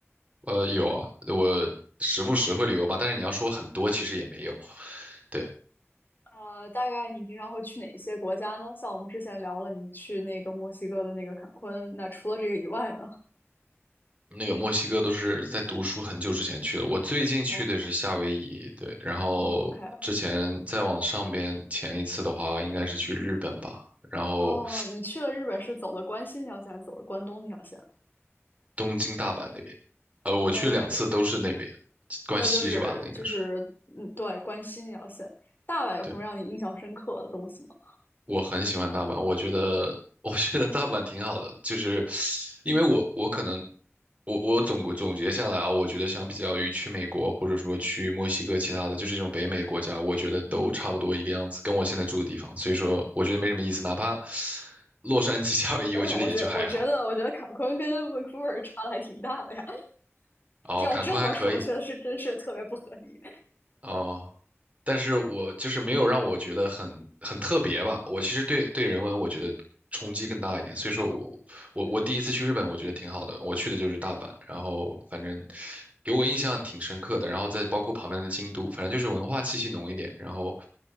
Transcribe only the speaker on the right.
呃，有啊，我时不时会旅游吧，但是你要说很多，其实也没有，对。
那个墨西哥都是在读书很久之前去的，我最近去的是夏威夷，
对，然后之前再往上边前一次的话，
应该是去日本吧，然后
东京、大阪那边，呃，我去两次都是那边，
关西是吧？
那应该是。
对。我很喜欢大阪，我觉得我觉得大阪挺好的，就是因为我我可能我我总总结下来啊，我觉得相比较于去美国或者说去墨西哥其他的，就是这种北美国家，我觉得都差不多一个样子，
跟我现在住的地方，所以说我觉得没什么意思，哪怕洛杉矶、<laughs> 夏威夷，
我觉得也就还好，
哦，
坎昆还可以，
哦、但是我就是没有让我觉得很很特别吧。我其实对对人文我觉得冲击更大一点，所以说我我我第一次去日本，
我觉得挺好的。我去的就是大阪，然后反正给我印象挺深刻的。然后再包括旁边的京都，反正就是文化气息浓一点，然后